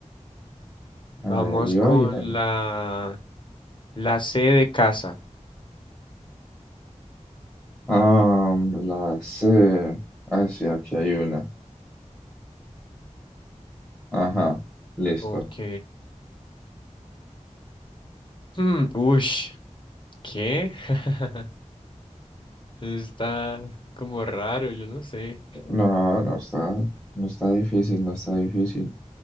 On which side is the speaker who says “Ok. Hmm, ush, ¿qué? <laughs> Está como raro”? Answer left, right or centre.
Left